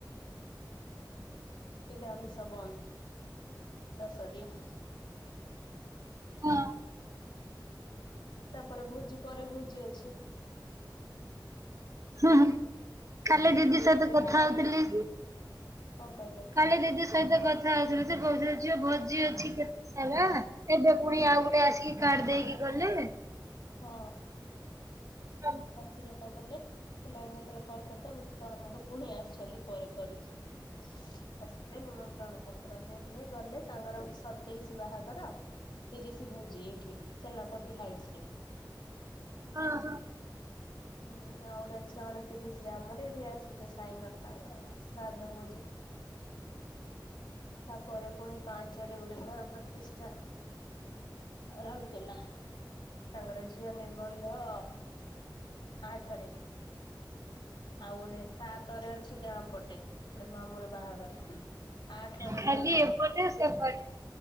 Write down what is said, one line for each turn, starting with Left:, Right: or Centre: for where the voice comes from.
Left: ଏବୋମିଶା ବନ୍ଦ ଦଶା ଦିନ।
Right: ହଁ।
Left: ତାପରେ ଭୋଜି ପରେ ଭୋଜି ଅଛି।
Right: ହ କାଲି
Left: ସତେଇଶରେ
Right: ଦିଦି ସହିତ କଥା
Left: ବାହାଘର
Right: ହଉଥିଲି।
Left: କଣ କହିଲେ
Right: କାଲି ଦିଦି ସହିତ କଥା ହେଉ କହୁ ଯ ଭୋଜି ଅଛି କେତେ ସାରା ଏବେ ପୁଣି ଆଉ ଗୋେ ଆସିକି କାଡ ଦେଇକି ଗଲେ।
Left: ହଁ
Right: ହଁ
Left: ରାତିରେ। କଥା ଦେଲେ କିଲଣ ଯେତେବେଳେ କଲ୍ କରି ବ ଆମର ପୁଣି ଆସିଛନ୍ତି ପରେ କରୁଛି। ଆସିଲଥିଲେ ନିମନ୍ତ। ଣ ପତ୍ର ଦେଲେ ଗଲେ ତାଙ୍କର ସତେଇଶ ବାହାଘର ତିରିଶ ଭୋଜି ଏଇଠି ସେନାପତି ହାଇଟସ ରେ
Right: ହଁ ହଁ।
Left: ହୁଁ ଆଉ ଗୋଟେ ଅଛି ଅଣତିରିଶ ରେ ଆମର ଏଇଠି ଆସିଛ ସାଇନା ଟା ତାଙ୍କର। ଶ୍ରାଦ୍ଧ ବ ଯେ। ତାପରେ ପୁଣି ପାଞ୍ଚରେ ଗୋଟେ ଘର ପ୍ରତିଷ୍ଠା। ରଲକେଲା ତାଙ୍କର ଝିଅ ନିର୍ବନ୍ଧ। ଆଠରେ। ଆଉ ଗୋଟେ ସାତରେ ଅଛି ଗାଁ ପଟେ ଗୋଟେ ମାମର ବାହାଘର। ଥରେ
Right: ଖାଲି
Left: ଭୋଜି
Right: ଏପଟେ ସେପଟେ